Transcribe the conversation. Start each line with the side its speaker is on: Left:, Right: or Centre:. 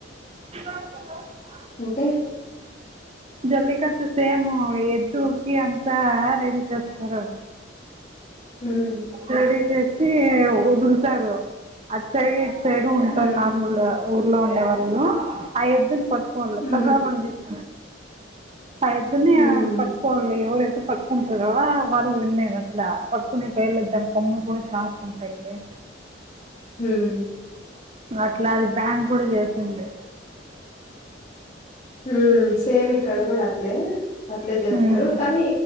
Right: <unintelligible>
Left: అంటే
Right: జల్లికట్టు సేమ్ ఎద్దుకి అంతా రెడీ చేస్తారు
Left: హుమ్
Right: రెడీ చేసి వదులుతారు అది సై సైడు ఉంటాను
Left: మ్
Right: నార్మల్ గా <inaudible> ఊర్లో ఉండేవాళ్ళు ఆ ఎద్దుని కొ బ
Left: మ్
Right: తస మ <unintelligible> అయితుంది
Left: మ్
Right: గా పట్టుకోలి ఎవరె పట్టుకుంటరా వాళ్ళు విన్నే అట్లా పట్కునే పేర్లద్దాని కొమ్మలు కూడా షార్ప్ ఉంటాయి <inaudible>
Left: హుమ్
Right: అట్లా అది బ్యాంగ్ కూడా చేసింది
Left: హుమ్ సేమ్ ఇక్కడ కూడా అట్లే అట్లే చేస్తారు
Right: ఉమ్,
Left: కానీ